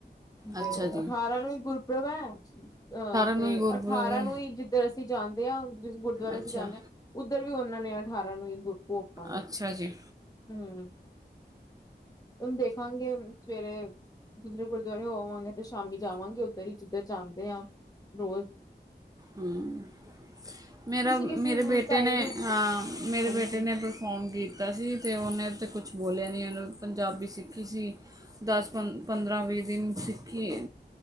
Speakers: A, on the left; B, on the right.
A: ਤੇ
B: ਅੱਛਾ ਜੀ।
A: ਅਠਾਰਾਂ ਨੂੰ ਗੁਰ <unintelligible> ਅਹ
B: ਨੂੰ
A: ਤੇ
B: ਹੀ ਗੁਰਪੁਰਬ
A: ਅਠਾਰਾਂ
B: ਏ,
A: ਨੂੰ ਹੀ ਜਿੱ ਅਸੀਂ ਜਾਣਦੇ ਜਿਸ ਗੁਰਦੁਆਰੇ
B: ਅੱਛਾ,
A: ਅਸੀਂ ਜਾਂਦੇ ਹਾਂ ਉਹ ਇੱਧਰ ਵੀ ਉਹਨਾਂ ਨੇ ਅਠਾਰਾਂ ਨੂੰ ਗੁਰਪੁਰਬ
B: ਅੱਛਾ ਜੀ।
A: <unintelligible> ਤੁ ਦੇਖਾਂਗੇ ਸਵੇਰੇ ਜਧ ਗੁਰਦੁਆਰੇ ਹੋਵਾਂਗੇ ਤੇ ਸ਼ਾਮੀ ਜਾਵਾਂਗੇ ਉੱਧਰ ਹੀ ਜਿੱਧਰ ਜਾਂਦੇ ਹਾਂ ਰੋਜ਼
B: ਹਮ। ਮੇਰਾ
A: ਕਿਸੇ ਕਿਸੇ
B: ਮੇਰੇ ਬੇਟੇ
A: ਸਾਈਡ
B: ਨੇ ਹਾਂ ਮੇਰੇ
A: ਹਾਂਜੀ
B: ਬੇਟੇ ਨੇ ਪਰਫੋਮ ਕੀਤਾ ਸੀ ਅਤੇ ਉਹਨੇ ਤਾਂ ਕੁਛ ਬੋਲਿਆ ਨੀ ਉਹਨੂੰ ਪੰਜਾਬੀ ਸਿੱਖ ਕਿਸੀ ਦਸ ਪੰ ਪੰਦਰਾਂ ਵੀਹ ਦਿਨ ਸਿੱਖੀ